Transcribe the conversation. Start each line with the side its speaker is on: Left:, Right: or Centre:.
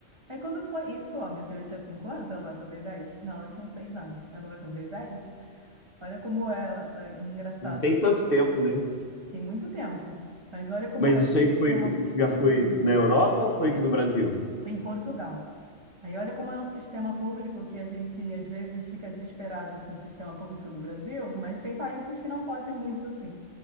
Right: Aí quando foi isso, ó, minha filha tinha 5 anos, ela vai fazer 10? Não, eu tinha uns 6 anos, ela vai fazer 10. Olha como é, é engraçado.
Left: Não tem tanto tempo, né?
Right: Tem muito tempo, mas olha como
Left: Mas
Right: é
Left: isso
Right: o
Left: aí
Right: sistema
Left: foi, já foi
Right: público
Left: na Europa ou foi aqui no Brasil?
Right: em Portugal. Aí olha como é o sistema público que a gente às vezes fica desesperado com o sistema público do Brasil, mas tem países que não fogem muito assim.